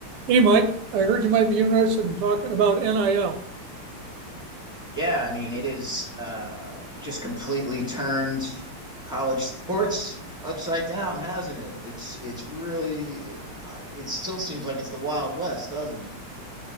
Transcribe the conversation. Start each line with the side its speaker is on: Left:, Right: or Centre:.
Right: Hey, Mike, I heard you might be interested in talking about NIL. I L.
Centre: Yeah, I mean, it is uh, just completely turned college sports upside down, hasn't it? It's it's really I- it still seems like it's the Wild West, doesn't it?